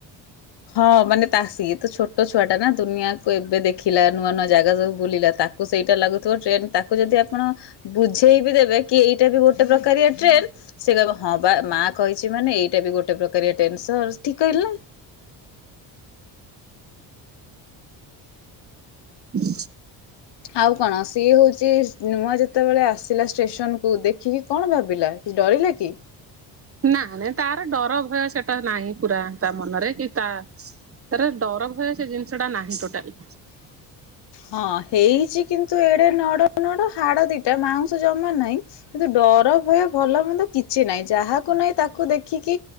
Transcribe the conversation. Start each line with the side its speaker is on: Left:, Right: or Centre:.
Left: ହଁ ମାନେ ତା ସିଏ ତ ଛୋଟ ଛୁଆ ଟା ନା ଦୁନିଆକୁ ଏବେ ଦେଖିଲା, ନୂଆ ନୂଆ ଜାଗା ସବୁ ବୁଲିଲା ତା ତାକୁ ସେଇଟା ଲାଗୁଥିବ ଟ୍ରେନ ତାକୁ ଯଦି ଆପଣ ବୁଝେଇ ବିି ଦେବେ କି ଏଇଟା ବି ଗୋଟେ ପ୍ରକାରିଆ ଟ୍ରେନ ସେ ହଁ ବା ମା କହିଛି ମାନେ ଏଇଟା ବି ଗୋଟେ ପ୍ରକାରିଆ ଟେନ୍‌ ସର୍ ଠିକ୍ କହିଲି ନା।
Right: ହୁଁ
Left: ଆଉ କଣ ସିଏ ହେଉଛି ନୂଆ ଯେତେବେଳେ ଆସିଲା ଷ୍ଟେସନକୁ ଦେଖିକି କଣ ଭାବିଲା ଡରିଲା କି?
Right: ନା ନାଇଁ ତାର ଡର ଭୟ ସେଟା ନାହିଁ ପୁରା ତା ମନରେ କି ତା ତାର ଡର ଭୟ ସେ ଜିନିଷ ଟା ନାହିଁ ଟୋଟାଲି।
Left: ହଁ ହେଇଛି କିନ୍ତୁ ଏଡେ ନଡ ନଡ ହାଡ ଦିଟା ମାଉଁସ ଜମା ନାଇଁ। କିନ୍ତୁ ଡର ଭୟ ଭଲ ମନ୍ଦ କିଛି ନାହିଁ ଯାହାକୁ ନାଇଁ ତାକୁ ଦେଖିକି